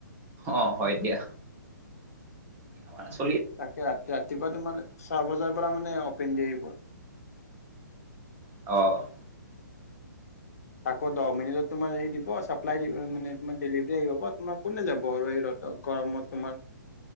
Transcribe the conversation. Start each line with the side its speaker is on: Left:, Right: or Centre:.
Right: অ হয় দিয়া। হয়
Left: তাকে ৰাতি ৰাতিপুৱা তোমাৰ চাহ বজাৰ পৰা মানে অপেন দি আহিব।
Right: অঁ
Left: তাকৌ দহ মিনিটত তোমাৰ হেৰি দিব চাপ্লাই দিব মানে তোমাৰ ডেলিভাৰী দিব তোমাৰ কোনে যাব আৰু এই ৰদত। গমত তোমাৰ,